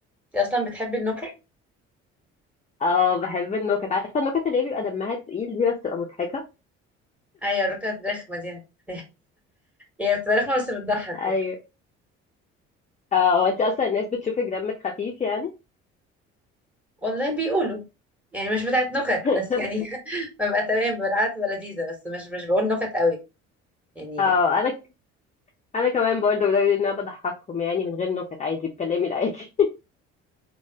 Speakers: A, in the centre; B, on the left.
A: انت اصلا بتحبي النكت
B: اه بحب النكت عارفه النكت اللي هي بيبقى دمها تقيل دي بس تبقى مضحكه
A: ايوه الركنة الرخمة دي <laughs> هي بتبقى رخمة بس بتضحك
B: ايوه
A: يعني
B: اه وانت اصلا الناس بتشوفك دمك خفيف يعني
A: والله بيقولوا يعني مش بتاعت نكت
B: <laughs>
A: بس يعني <laughs> ببقى تمام بالعادة ببقى لذيذة بس مش مش بقول نكت قوي يعني
B: اه انا انا كمان برضه بدأوا يقولوا ان انا بضحكهم يعني من غير نكت عادي بكلامي العادي